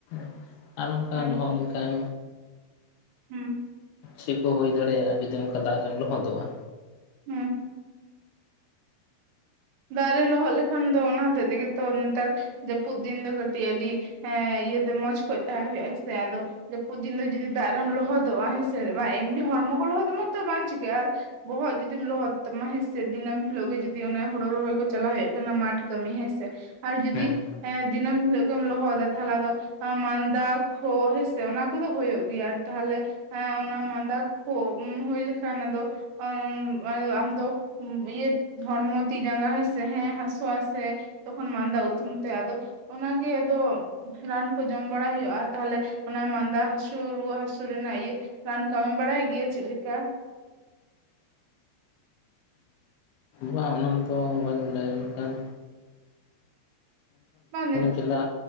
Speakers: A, on the left (about 80°); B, on the right (about 80°).
A: ᱾ ᱟᱨ ᱚᱱᱠᱟ
B: ᱦᱳᱭᱛᱚ
A: ᱞᱚᱦᱚᱫ ᱞᱮᱱᱠᱷᱟᱱ
B: ᱦᱩᱸ
A: ᱪᱮᱫ ᱠᱚ ᱦᱩᱭ ᱫᱟᱲᱮᱭᱟᱜᱼᱟ ᱡᱩᱫᱤᱚᱱ ᱫᱟᱜᱨᱮᱢ ᱞᱚᱦᱚᱫᱚᱜᱼᱟ᱾
B: ᱦᱮᱸ᱾ ᱫᱟᱜ ᱨᱮ ᱞᱚᱦᱚᱫ ᱞᱮᱠᱷᱟᱱ ᱫᱚ ᱚᱱᱟ ᱦᱚᱛᱮᱜ ᱛᱮᱜᱮ ᱛᱚ ᱱᱮᱛᱟᱨ ᱡᱟᱹᱯᱩᱫ ᱫᱤᱱ ᱫᱚ ᱠᱟᱹᱴᱤᱡ ᱟᱹᱰᱤ ᱦᱮᱸ ᱤᱭᱟᱹᱛᱮ ᱢᱚᱸᱡᱽ ᱠᱷᱚᱡ ᱛᱟᱦᱮᱸ ᱦᱩᱭᱩᱜ-ᱟ ᱦᱮᱸ ᱥᱮ ᱟᱫᱚ ᱡᱟᱹᱯᱩᱫ ᱫᱤᱱ ᱫᱚ ᱡᱩᱫᱤ ᱫᱟᱜ ᱨᱮᱢ ᱞᱚᱦᱚᱫᱚᱜᱼᱟ ᱦᱮᱸ ᱥᱮ᱾ ᱵᱟᱝ ᱮᱢᱱᱤ ᱦᱚᱲᱢᱚ ᱠᱚ ᱞᱚᱦᱚᱫᱚᱜ ᱢᱟᱛᱚ ᱵᱟᱝ ᱪᱤᱠᱟᱹᱜᱼᱟ ᱟᱨ ᱵᱚᱦᱚᱜ ᱡᱩᱫᱤᱢ ᱞᱚᱦᱚᱫ ᱛᱟᱢᱟ ᱦᱮᱸ ᱥᱮ ᱫᱤᱱᱟᱹᱢ ᱦᱤᱞᱳᱜ ᱜᱮ ᱡᱩᱫᱤ ᱚᱱᱟ ᱦᱳ ᱦᱳᱲᱳ ᱨᱚᱦᱚᱭ ᱠᱚ ᱪᱟᱞᱟᱣ ᱦᱳᱭᱳᱜ ᱠᱟᱱᱟ ᱢᱟᱴᱷ ᱠᱟᱹᱢᱤ ᱦᱮᱸᱥᱮ, ᱟᱨ ᱡᱩᱫᱤ
A: ᱦᱮᱸ
B: ᱦᱮᱸ ᱫᱤᱱᱟᱹᱢ ᱦᱤᱞᱳᱜ ᱜᱮᱢ ᱞᱚᱦᱚᱫᱟ ᱛᱟᱦᱚᱞᱮ ᱫᱚ ᱢᱟᱫᱟ ᱠᱷᱳᱜ ᱦᱮᱸ ᱥᱮ ᱚᱱᱟ ᱠᱚᱫᱚ ᱦᱩᱭᱩᱜ ᱜᱮᱭᱟ ᱟᱨ ᱛᱟᱦᱚᱞᱮ ᱦᱮᱸ ᱚᱱᱟ ᱢᱟᱸᱫᱟ ᱠᱷᱳ ᱦᱩᱭ ᱞᱮᱠᱷᱟᱱ ᱟᱫᱚ ᱟ ᱟᱫᱚ ᱟᱢᱫᱚ ᱤᱭᱟᱹᱛ ᱦᱚᱲᱢᱚ ᱛᱤ ᱡᱟᱸᱜᱟ ᱦᱮᱸ ᱥᱮ ᱦᱟᱥᱩᱼᱟ ᱥᱮ ᱛᱚᱠᱷᱚᱱ ᱢᱟᱫᱟ ᱩᱛᱩᱢ ᱛᱮ ᱟᱫᱚ ᱚᱱᱟᱜᱮ ᱟᱫᱚ ᱨᱟᱱ ᱠᱚ ᱡᱚᱢ ᱵᱟᱲᱟᱭ ᱦᱳᱭᱳᱜᱼᱟ ᱛᱟᱦᱞᱮ ᱚᱱᱟ ᱢᱟᱫᱟ ᱦᱟᱹᱥᱩ ᱨᱩᱣᱟᱹ ᱦᱟᱹᱥᱩ ᱨᱮᱱᱟᱜ ᱤᱭᱟᱹ ᱨᱟᱱ ᱠᱚ ᱟᱢᱮᱢ ᱵᱟᱲᱟᱭ ᱜᱤᱭ ᱪᱤᱜ ᱞᱮᱠᱟ?
A: ᱵᱟᱝ ᱚᱱᱟ ᱫᱚ ᱵᱟᱹᱧ ᱵᱟᱲᱟᱭᱟ ᱢᱮᱱᱠᱷᱟᱱ
B: <unintelligible>
A: ᱪᱮᱫᱟ